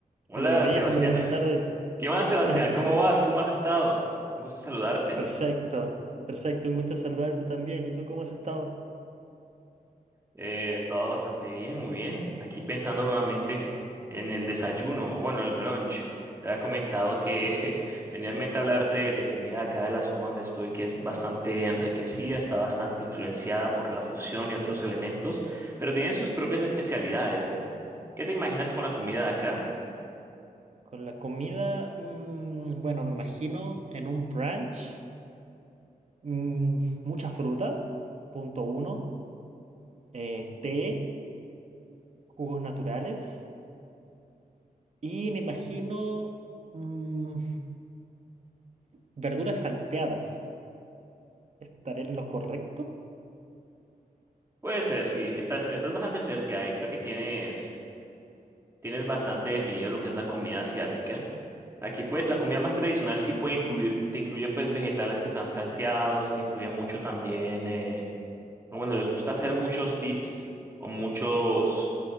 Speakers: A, on the right (about 15°); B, on the right (about 50°).
A: Hola,
B: Hola David,
A: Sebastián.
B: muy buenas
A: <laughs>
B: tardes.
A: ¿Qué más, Sebastián?
B: <laughs>
A: ¿Cómo vas? ¿Cómo has estado? Un gusto saludarte.
B: Perfecto, perfecto, un gusto saludarte también. ¿Y tú cómo has estado?
A: Eh, he estado bastante bien, muy bien. Aquí pensando nuevamente en el desayuno, o bueno, el brunch. Te había comentado que <laughs> tenía en mente hablarte de, de comida acá de la zona donde estoy, que es bastante enriquecida, está bastante influenciada por la fusión y otros elementos, pero tienen sus propias especialidades, ¿eh? ¿Qué te imaginas con la comida de acá?
B: Con la comida, mm, bueno, me imagino en un brunch, mm, mucha fruta, punto uno, eh, té, jugos naturales y me imagino mm, verduras salteadas. ¿Estaré en lo correcto?
A: Puede ser, sí. Estás, estás bastante cerca, eh. Creo que tienes. tienes bastante definido lo que es la comida asiática. Aquí pues la comida más tradicional sí puede incluir, te incluye pues vegetales que están salteados, te incluye mucho también eh, o bueno, les gusta hacer muchos dips o muchos